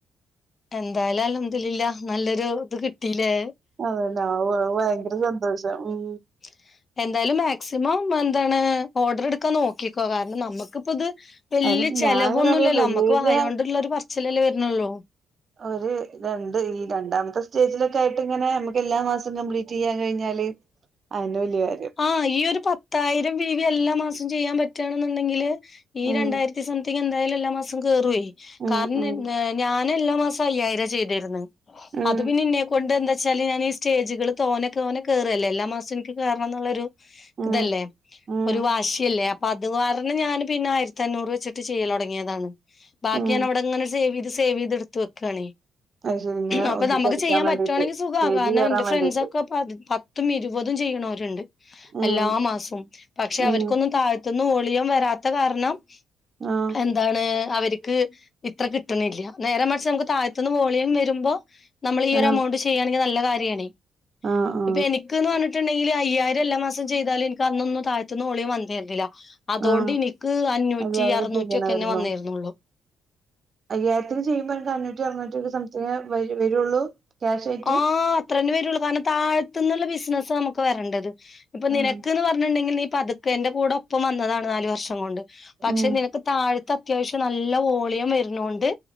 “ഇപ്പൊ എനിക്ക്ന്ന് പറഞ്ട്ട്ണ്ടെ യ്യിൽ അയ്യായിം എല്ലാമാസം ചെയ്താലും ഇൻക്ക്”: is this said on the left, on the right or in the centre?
Left